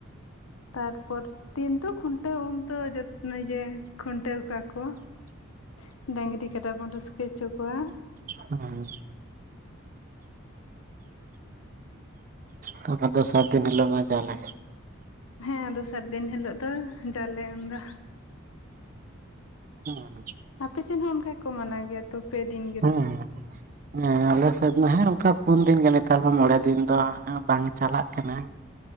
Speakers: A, on the left; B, on the right.
A: ᱛᱟᱨᱯᱚᱨ ᱫᱤᱱ ᱛᱚ ᱠᱷᱩᱱᱴᱟᱹᱣ ᱩᱱ ᱛᱚ ᱡᱚᱛᱚ ᱠᱷᱩᱱᱴᱟᱹᱣ ᱠᱚᱣᱟ ᱠᱚ ᱾ ᱰᱟᱝᱨᱤ ᱠᱟᱰᱟ ᱵᱚᱱ ᱨᱟᱹᱥᱠᱟᱹ ᱦᱚᱪᱚ ᱠᱚᱣᱟ
B: ᱦᱩᱸ ᱛᱟᱯᱚᱨ ᱫᱚᱥᱟᱨ ᱫᱤᱱ ᱦᱤᱞᱳᱜ ᱢᱟ ᱡᱟᱞᱮ
A: ᱦᱮᱸ ᱫᱚᱥᱟᱨ ᱫᱤᱱ ᱦᱤᱞᱳᱜ ᱫᱚ ᱡᱟᱞᱮ ᱩᱱ ᱫᱚ
B: ᱦᱩᱸ
A: ᱟᱯᱮᱥᱮᱫ ᱦᱚᱸ ᱚᱱᱠᱟ ᱜᱮᱠᱚ ᱢᱟᱱᱟ ᱜᱮᱭᱟ ᱛᱚ ᱯᱮ ᱫᱤᱱ ᱜᱮᱛᱚ
B: ᱦᱮᱸ ᱦᱮᱸ ᱦᱮᱸ ᱟᱞᱮᱥᱮᱫ ᱢᱟ ᱦᱮᱸ ᱚᱱᱠᱟ ᱯᱩᱱ ᱫᱤᱱ ᱜᱮ ᱱᱮᱛᱟᱨ ᱢᱟ ᱢᱚᱬᱮ ᱫᱤᱱ ᱫᱚ ᱵᱟᱝ ᱪᱟᱞᱟᱜ ᱠᱟᱱᱟ